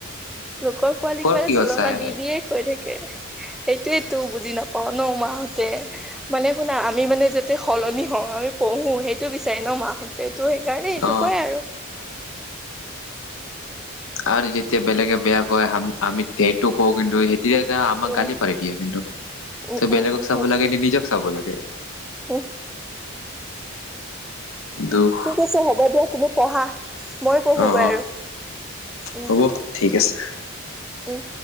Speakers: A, in the centre; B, on the left.
A: লোকৰ পোৱালিক মানে
B: কিয়
A: তুলনা
B: চাই
A: দি দিয়ে কৈ থাকে। সেইটোৱেইতো বুজি নাপাও ন মাহতে। মানে শুনা আমি মানে যাতে সলনি হওঁ আমি পঢ়ো সেইটো বিচাৰি ন মাহঁতে। ত সেইকাৰণে এইটো
B: অ
A: কয় আৰু।
B: আৰু যেতিয়া বেলেগে বেয়া কয় আমি সেইটো কওঁ কিন্তু সতিয়া আমাক
A: উম
B: গালি পাৰি দিয়ে কিন্তু।
A: উম
B: তই
A: উম
B: বেলেগক চাব লাগে নি নিজক চাব লাগে।
A: হম্।
B: দুখ
A: ঠিক আছে হ'ব দিয়া, তুমি পঢ়া। মই পঢ়োগৈ
B: অ', অ',
A: আৰু। উম।
B: হ'ব ঠিক আছে।
A: উম।